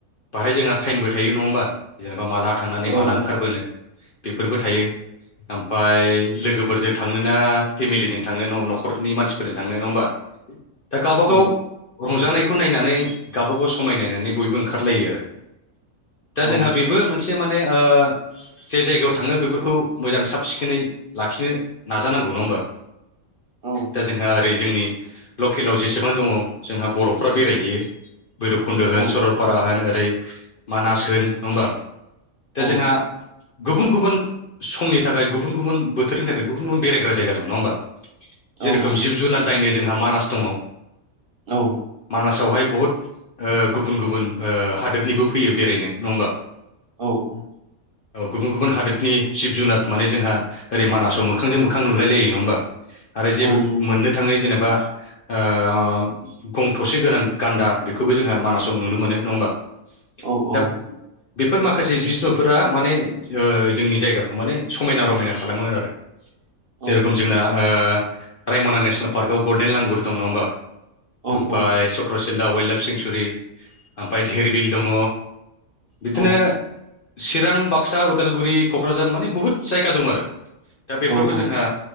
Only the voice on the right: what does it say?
औ
औ
औ
औ
औ
औ
औ
औ
औ
औ औ
नों
औ
औ
औ
औ
औ
औ
औ औ